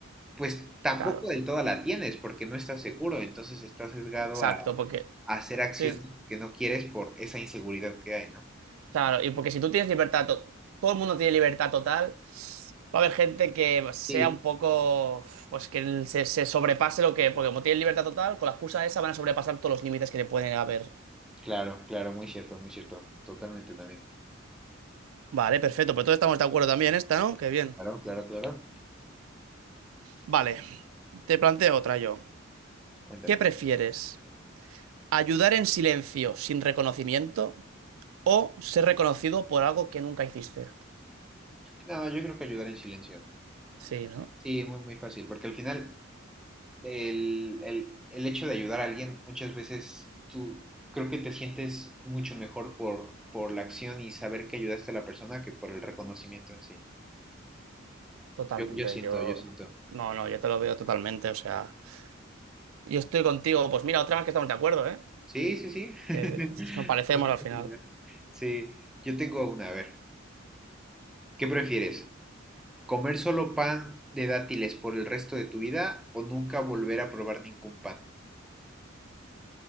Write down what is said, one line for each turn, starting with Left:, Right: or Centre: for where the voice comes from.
Centre: pues tampoco
Right: Claro,
Centre: del todo la tienes porque no estás seguro, entonces estás sesgado
Right: exacto,
Centre: a,
Right: porque
Centre: a hacer acciones
Right: sí, sí,
Centre: que no quieres por esa inseguridad que hay, ¿no?
Right: claro, y porque si tú tienes libertad, to- todo el mundo tiene libertad total, va a haber gente que sea
Centre: Sí.
Right: un poco, pues que el- se, se sobrepase lo que, porque como tienen libertad total, con la excusa esa van a sobrepasar todos los límites que le pueden haber.
Centre: Claro, claro, muy cierto, muy cierto, totalmente también.
Right: Vale, perfecto, pues todos estamos de acuerdo también en esta, ¿no? Qué bien.
Centre: Claro, claro, claro.
Right: Vale, te planteo otra yo.
Centre: Cuéntame.
Right: ¿Qué prefieres? ¿Ayudar en silencio sin reconocimiento o ser reconocido por algo que nunca hiciste?
Centre: No, yo creo que ayudar en silencio.
Right: Sí, ¿no?
Centre: Sí, muy, muy fácil, porque al final el, el, el hecho de ayudar a alguien muchas veces tú creo que te sientes mucho mejor por, por la acción y saber que ayudaste a la persona que por el reconocimiento en sí.
Right: Totalmente,
Centre: Yo, yo siento,
Right: yo...
Centre: yo siento.
Right: No, no, yo te lo veo totalmente, o sea... Yo estoy contigo, pues mira, otra vez que estamos de acuerdo, ¿eh?
Centre: Sí, sí, sí. <laughs>
Right: Que <laughs> nos parecemos
Centre: Bastante
Right: al final.
Centre: similar. Sí, yo tengo una, a ver, ¿qué prefieres? ¿Comer solo pan de dátiles por el resto de tu vida o nunca volver a probar ningún pan?